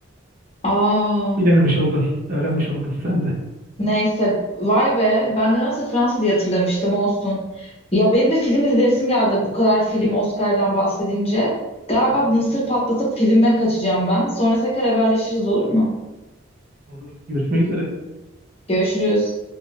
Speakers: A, on the left; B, on the right.
A: Aa.
B: Bilememiş oldun, öğrenmiş oldun sen de.
A: Neyse vay be ben de nasıl Fransa diye hatırlamıştım olsun. Ya benim de film izleyesim geldi bu kadar film Oscar'dan bahsedince. Galiba
B: <laughs>
A: bu mısır patlatıp filme kaçacağım ben. Sonra tekrar haberleşiriz olur mu?
B: Olur. Görüşmek üzere. Bye.
A: Görüşürüz.